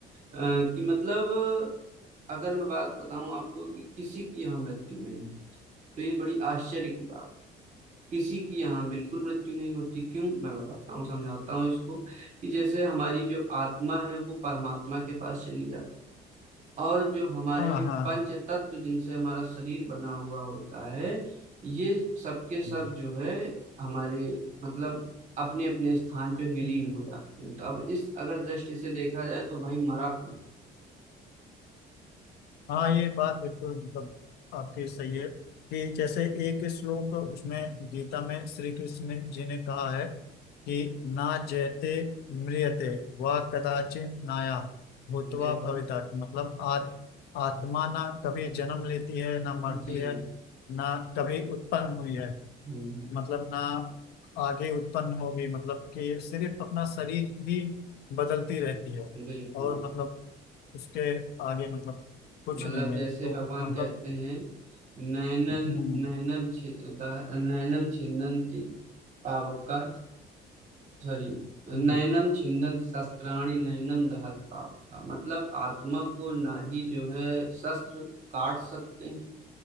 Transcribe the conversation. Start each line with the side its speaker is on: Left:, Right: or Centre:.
Right: कि मतलब अगर मैं बात बताऊं आपको कि किसी की यहाँ मृत्यु नहीं है तो ये बड़ी आश्चर्य की बात किसी की यहाँ बिल्कुल मृत्यु नहीं होती क्यों मैं बताता हूँ समझाता हूँ इसको कि जैसे हमारी जो आत्मा है वो परमात्मा के पास चली जाती है और जो हमारे
Left: हाँ
Right: ये
Left: हाँ
Right: पंच तत्व जिनसे हमारा शरीर बना हुआ होता है ये सबके सब
Left: हाँ,
Right: जो है हमारे मतलब अपने अपने स्थान पे विलीन हो जाते हैं तो अब इस अगर दृष्टि से देखा जाए तो भाई मरा कौन
Left: हाँ ये बात बिल्कुल मतलब आपकी सही है कि जैसे एक श्लोक उसमें गीता में श्री कृष्ण जी ने कहा है कि ना जयते म्रियते वा कदाचिन नाया भूतवा
Right: मेरे वाह
Left: भविता मतलब आत, आत्मा ना कभी जन्म लेती है ना मरती
Right: जी
Left: है ना कभी उत्पन्न हुई है
Right: हम्म
Left: मतलब ना आगे उत्पन्न होगी मतलब कि सिर्फ अपना शरीर ही बदलती रहती है
Right: बिल्कुल
Left: और मतलब उसके आगे मतलब कुछ
Right: मतलब
Left: नहीं
Right: जैसे
Left: है तो
Right: भगवान
Left: मतलब
Right: कहते हैं नैनन
Left: हम्म,
Right: नैनम छि- दा- नैनम छिन्दन्ति पावका सॉरी
Left: हम्म,
Right: नैनम छिन्दन्ति शस्त्राणि नैनम दहत पावका मतलब आत्मा को ना ही जो है शस्त्र काट सकते हैं